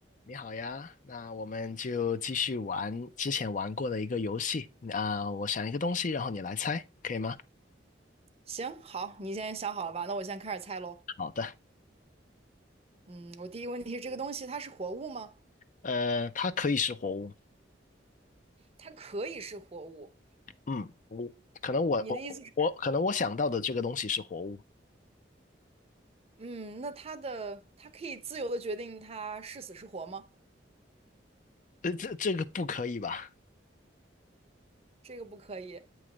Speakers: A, on the left (about 45°); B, on the right (about 35°).
A: 你好呀，那我们就继续玩之前玩过的一个游戏。啊、我想一个东西，然后你来猜，可以吗？
B: 行，好，你现在想好了吧？那我先开始猜喽。
A: 好的，
B: 嗯，我第一个问题是这个东西它是活物吗？
A: 呃，它可以是活物。
B: 它可以是活物。
A: 嗯，我可能我我我可能我想到的这个东西是活物，
B: 你的意思是，嗯，那它的它可以自由的决定它是死是活吗？
A: 呃，这这个不可以吧？
B: 这个不可以